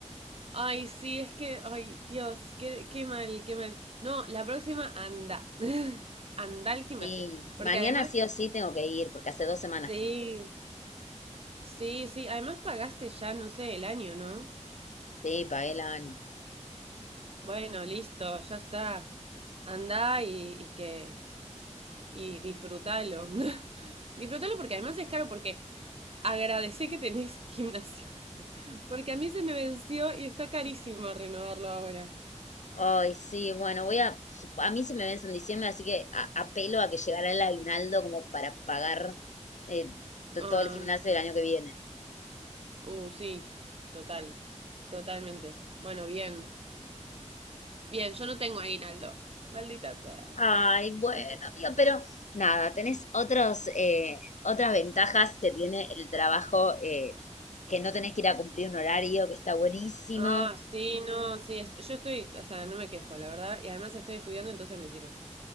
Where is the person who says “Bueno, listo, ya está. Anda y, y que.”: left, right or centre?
Right